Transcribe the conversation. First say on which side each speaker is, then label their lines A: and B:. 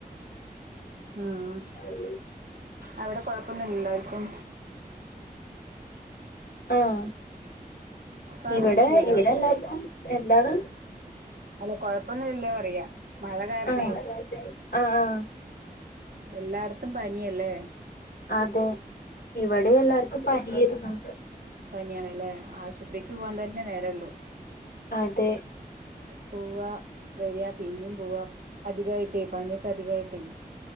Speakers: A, on the right (about 75°); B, on the left (about 80°).
A: ആഹ്
B: ആ <inaudible>
A: അവിടെ കൊഴപ്പൊന്നും ഇല്ലല്ലോ ആർക്കും
B: ആഹ്
A: കൊഴപ്പൊന്നുമില്ലല്ലോ
B: ഇവെടെ ഇവെടെ എല്ലാർക്കും, എന്താണ്?
A: അല്ല കൊഴപ്പൊന്നും ഇല്ലല്ലൊ പറയാ. മഴ കാരണേ
B: ആഹ് ആഹ് ആഹ്
A: എല്ലാട്ത്തും പനിയല്ലേ
B: അതെ. ഇവടി എല്ലാർക്കും പനി ഏര്ന്നു.
A: പനിയാണ് ല്ലേ. ആശത്രിക്ക് പോവാൻ തന്നെ നേരൊള്ളു
B: അതെ
A: പൂവാ വരാ പിന്നിം പൂവാ അധികായിട്ടേ പനിയൊക്കെ അധികായിട്ടേ.